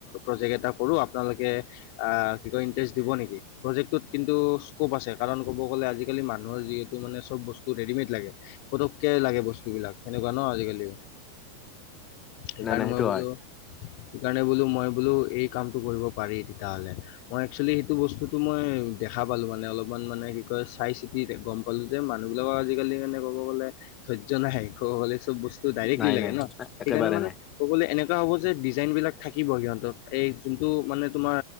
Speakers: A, on the left; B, on the left.
A: প্ৰজেক্ট এটা কৰো আপোনালোকে কি কয় ইণ্টাৰেষ্ট দিব নেকি, প্ৰজেক্টটোত কিন্তু স্ক'প আছে কাৰণ ক'ব গ'লে আজিকালি মানুহৰ যি মানে চব বস্তু ৰেডিমেড লাগে, পটকে লাগে, বস্তুবিলাক সেনেকুৱা ন', আজিকালি।
B: <inaudible>
A: সেইকাৰণে
B: নাই নাই সেইটো
A: মই বোলো,
B: হয়
A: সেইকাৰণে বোলো মই বোলো এই কামতটো কৰিব পাৰি। তাহালে। মই একচুৱেলি সেইটো বস্তুতটো মই দেখা পালো মানে অলপমান মানে কি কয় চাই চিতি গম কলো যে মানুহবিলাকৰ আজিকালি ক'ব গ'লে ধৈৰ্য নাহে ক'ব গ'লে চব বস্তু ডাইৰেক্টলি
B: নাই
A: লাগে
B: নাই
A: ন, সেইকাৰণে
B: একেবাৰে
A: মানে
B: নাই
A: ক'বলে এনেকুৱা হব যে ডিজাইন বিলাক থাকিব সিহঁত এই যোনটো মানে তোমাৰ